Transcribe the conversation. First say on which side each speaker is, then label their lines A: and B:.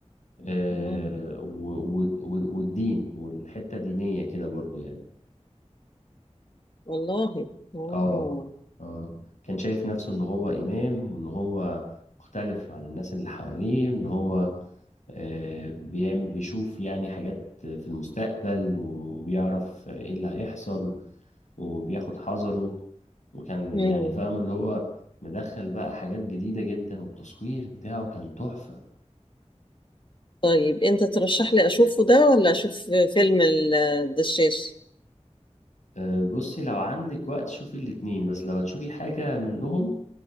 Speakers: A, on the left; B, on the left.
A: آه،
B: مم.
A: و- و- و- والدين والحتة دينية كده برضو يعني
B: والله اه
A: اه اه كان شايف نفسه ان هو امام وان هو مختلف عن الناس اللي حواليه ان هو آه، بيعمل بيشوف يعني حاجات في المستقبل وبيعرف ايه اللي هيحصل وبياخد حذره وكان
B: مم.
A: يعني فاهم اللي هو مدخل بقى حاجات جديدة جدا والتصوير بتاعه كان تحفة
B: طيب انت ترشح لي اشوفه ده ولا اشوف فيلم الدشاش
A: أه، بصي لو عندك وقت شوفي الاتنين بس لو هتشوفي حاجة منهم